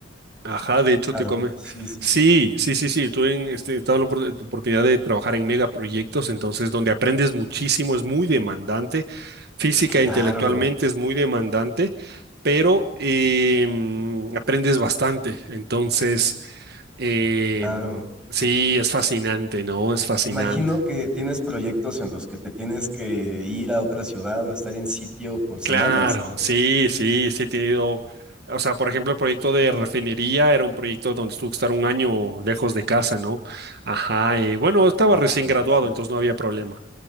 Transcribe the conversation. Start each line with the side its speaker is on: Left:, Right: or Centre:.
Right: Ajá, de hecho
Centre: Claro,
Right: te come.
Centre: sí, sí,
Right: Sí,
Centre: sí.
Right: sí, sí, sí. Tuve en este, he tenido la opor- eh, oportunidad de trabajar en megaproyectos, entonces donde aprendes muchísimo, es muy demandante. Física
Centre: Claro,
Right: e intelectualmente
Centre: hermano,
Right: es muy demandante, pero em, aprendes bastante. Entonces. Em,
Centre: claro.
Right: sí, es fascinante, ¿no? Es fascinante.
Centre: Imagino que tienes proyectos en los que te tienes que ir a otra ciudad o estar en sitio por semanas,
Right: Claro,
Centre: ¿no?
Right: sí, sí, sí he tenido, o sea, por ejemplo, el proyecto de refinería era un proyecto donde tuve que estar un año lejos de casa, ¿no? Ajá, eh, bueno, estaba
Centre: Híjole,
Right: recién graduado,
Centre: sí.
Right: entonces no había problema.